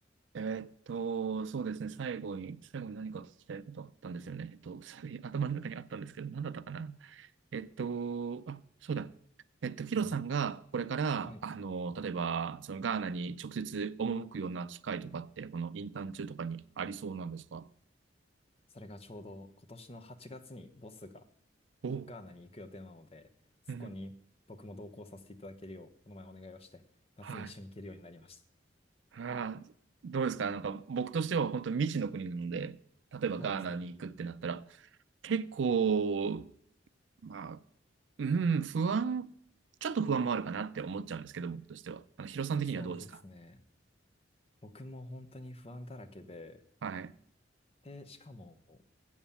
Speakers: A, on the right (about 80°); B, on the left (about 30°).
A: えーっと、そうですね。最後に、最後に何か聞きたいことあったんですよね。えっと、それ頭の中にあったんですけど、何だったかな。えっと、あ、そうだ。えっと、ヒロさんがこれから、
B: はい。はい。
A: あの、例えば、そのガーナに直接赴くような機会とかって、このインターン中とかにありそうなんですか
B: それがちょうど今年の8月にボスが
A: お、
B: ガーナに行く予定なので、そこに僕も同行させていただけるよう、
A: うん、
B: この前お願いをして、夏に一緒に行けるようになりまし
A: はい。あー、どうですかなんか、僕としては本当に未知の国なので、例えばガーナに行くってなったら、
B: た。そうですね。
A: 結構、まあ、うん、不安、ちょっと不安もあるかなって思っちゃうんですけど、僕としては。あの、ヒロさん的にはどうですか
B: そうですね。僕も本当に不安だらけで、
A: はい。
B: で、しかも、